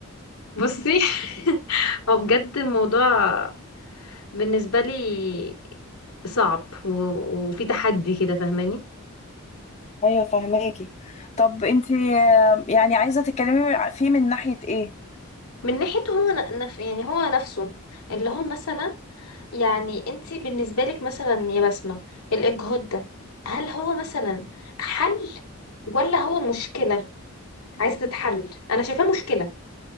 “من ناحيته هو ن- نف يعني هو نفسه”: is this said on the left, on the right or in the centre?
Left